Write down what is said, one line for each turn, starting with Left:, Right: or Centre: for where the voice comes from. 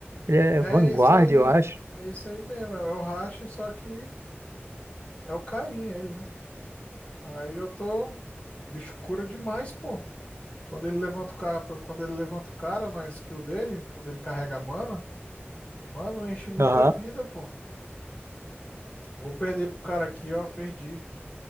Right: Ele é
Left: É
Right: Vanguard,
Left: isso aí.
Right: eu acho.
Left: É isso aí mesmo, é o Rache, só que é o Caim, ele né? Aí eu tô. O bicho cura demais, pô. Quando ele levanta o cara, pra- quando ele levanta o cara na skill dele, quando ele carrega a mana, mano, enche muita
Right: Aham.
Left: vida, pô. Vou perder pro cara aqui, ó. Perdi.